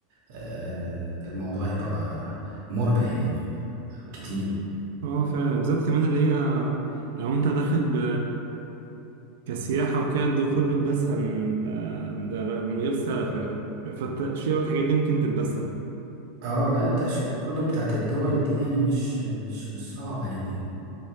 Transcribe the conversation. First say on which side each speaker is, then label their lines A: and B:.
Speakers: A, on the right (about 60°); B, on the right (about 80°).
A: آه الموضوع هيبقى مربح يعني كتير
B: اه فعلا بالذات كمان اللي هي لو انت داخل ب... كسياحة وكده الدخول بيبقى اسهل من من ده بقى، من غير سلف يعني فالتأشيرة والحاجات دي ممكن تبقى اسهل
A: اه لا التأشيرة برضو بتاعت الدول دي يعني مش مش مش صعبة يعني